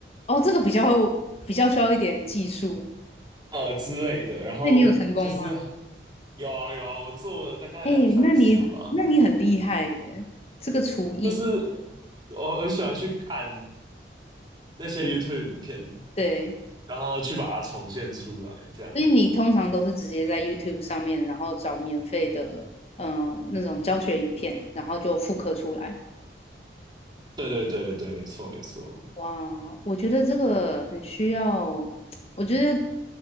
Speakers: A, on the left; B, on the right.
A: 哦，这个比较比较需要一点技术。
B: 呃之类的，然后就是
A: 那你有成功吗？
B: 有啊有啊，我做了大概两三次吧，
A: 哎，那你那你很厉害耶，这个厨艺，
B: 就是我很喜欢去看那些 YouTube 影片，
A: 对，
B: 然后去把它重现出来，这样。
A: 所以你通常都是直接在 YouTube 上面，然后找免费的，嗯、那种教学影片，然后就复刻出来。
B: 对对对对，没错没错。
A: 哇，我觉得这个很需要，我觉得